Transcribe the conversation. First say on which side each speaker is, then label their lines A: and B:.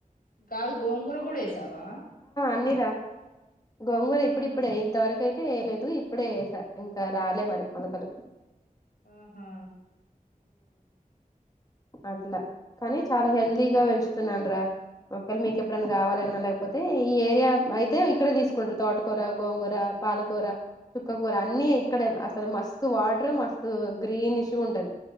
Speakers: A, on the left; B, on the left.
A: కాదు గోంగూర కూడా వేసావా?
B: అన్నీ రా గోంగూర
A: ఆహా
B: ఇప్పుడిప్పుడే ఇంత వరకై తే వేయలేదు ఇప్పుడే యేశా ఇంకా రాలే మరి మొలకలు
A: ఆహా
B: అట్లా కానీ చాలా హెల్తీగా పెంచుతున్నానురా ఒకవేళ మీకు ఎప్పుడైనా కావాలన్నా లేక్ పోతే ఈ ఏరియా అయితే ఇక్కడే తీసుకుంటారు. తోటకూర, గోంగూర, పాలకూర, చుక్కకూర అన్ని ఇక్కడే అసలు మస్తు వాటర్ మస్తు గ్రీనిష్ గుంటది